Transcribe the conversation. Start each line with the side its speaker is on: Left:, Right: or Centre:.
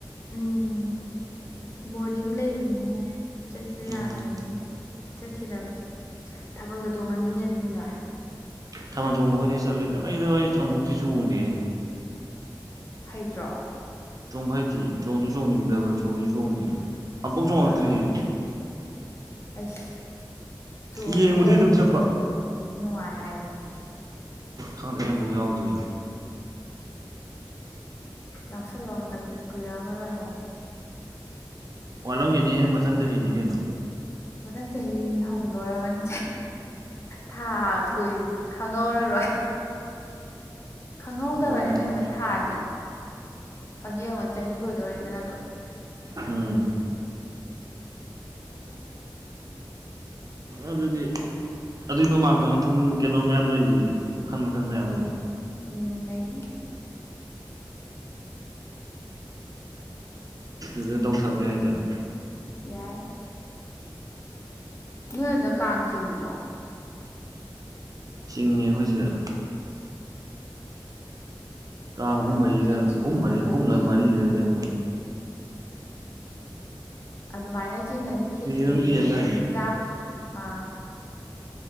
Left: ꯎꯝ ꯕꯣꯔꯗꯤꯡ ꯂꯩꯕꯅꯤꯅꯅꯦ ꯆꯠꯄꯗꯣ
Right: ꯎꯝ
Left: ꯌꯥꯗꯕꯒꯤ ꯆꯠꯈꯤꯗꯕ ꯊꯥꯕꯜꯒ ꯆꯣꯡꯉꯝꯅꯤꯅꯦ ꯑꯗꯨꯗꯤ ꯅꯣꯏ
Right: ꯊꯥꯕꯜ ꯆꯣꯡꯕꯒꯗꯤ ꯆꯠꯂꯦꯗ ꯑꯩꯗꯣ ꯑꯩ ꯑꯕꯨꯛꯇꯤ ꯆꯣꯡꯗꯦꯌꯦ
Left: ꯍꯩꯇ꯭ꯔꯣ
Right: ꯆꯣꯡꯕ ꯍꯥꯏꯇꯦ ꯆꯣꯡꯁꯨ ꯆꯣꯡꯅꯤꯡꯗꯕ ꯆꯣꯡꯁꯨ ꯆꯣꯡꯗ꯭ꯔꯤ ꯑꯃꯕꯧ ꯆꯣꯡꯡꯂꯛꯇ꯭ꯔꯤ
Left: ꯑꯥ
Right: ꯑꯩ
Left: ꯑꯩꯁ ꯆꯣꯡꯉꯨꯍꯦ
Right: ꯌꯦꯡꯕꯗꯩ ꯑꯗꯨꯝ ꯆꯠꯄ
Left: ꯃꯤ ꯅꯨꯡꯉꯥꯏ ꯍꯥꯏꯕꯅꯤ
Right: ꯈꯪꯗꯦ ꯑꯩ ꯑꯝꯐꯥꯎ ꯌꯥꯎꯗ꯭ꯔꯤ
Left: ꯌꯥꯎꯁꯜꯂꯣ ꯍꯟꯗꯛꯇꯤ ꯀꯨꯏꯔꯛ ꯑꯝꯃꯔꯣꯏ ꯑꯃꯨꯛ
Right: ꯋꯥꯠꯂꯝꯒꯦꯅꯤꯍꯦ ꯃꯊꯪ ꯆꯍꯤꯅꯤ ꯀꯩꯅꯣ
Left: ꯃꯊꯪ ꯆꯍꯤ ꯍꯧꯗꯣꯔꯕꯅꯤ ꯊꯥ ꯀꯨꯏ ꯈꯪꯍꯧꯔꯔꯣꯏ ꯈꯪꯍꯧꯗꯕꯅꯦ
Right: ꯍꯧꯔꯛꯑꯅꯤ
Left: ꯑꯁꯦꯡꯕꯩ ꯊꯥꯗꯤ ꯍꯧꯖꯤꯛ ꯌꯦꯡꯉꯣ ꯆꯍꯤ ꯂꯣꯏꯗꯣꯔꯦꯗꯅ ꯑꯗꯨꯝ
Right: ꯎꯝ
Left: <unintelligible>
Right: ꯑꯗꯨꯗꯤ ꯑꯗꯨꯏ ꯃꯃꯥꯡꯗ ꯃꯊꯪ ꯀꯩꯅꯣ ꯃꯌꯥꯝ ꯂꯩꯁꯤꯗꯤ ꯃꯈꯜ ꯃꯈꯜ ꯃꯌꯥꯝꯗꯣ
Left: ꯎꯝ ꯂꯩ
Right: ꯑꯗꯨꯗ ꯇꯧꯊꯕ ꯌꯥꯏ ꯀꯩꯅꯣ
Left: ꯌꯥꯏ ꯅꯣꯏ ꯑꯥꯗ ꯀꯥꯡ ꯆꯤꯡꯗ꯭ꯔꯣ
Right: ꯆꯤꯡꯉꯦ ꯑꯩꯈꯣꯏ ꯁꯤꯗ ꯀꯥꯡ ꯑꯍꯨꯝ
Left: ꯑꯗꯨꯗꯤ
Right: ꯃꯔꯤꯒ
Left: ꯈꯦꯇ꯭ꯔꯤꯒꯨꯝꯕꯒꯗꯨꯗꯤ
Right: ꯑꯍꯨꯝ ꯃꯔꯤ ꯑꯍꯨꯝꯂ ꯃꯔꯤꯔ ꯀꯩꯅꯣ
Left: ꯑꯗꯨꯃꯥꯏꯅ ꯆꯤꯡꯉꯗꯤ ꯈꯦꯆ꯭ꯔꯤ
Right: ꯑꯗꯨꯝ
Left: ꯀꯩꯀꯩꯒꯨꯝꯕꯗꯤ
Right: ꯌꯦꯜꯂ
Left: ꯑꯗꯨꯝ ꯆꯥ ꯑꯥ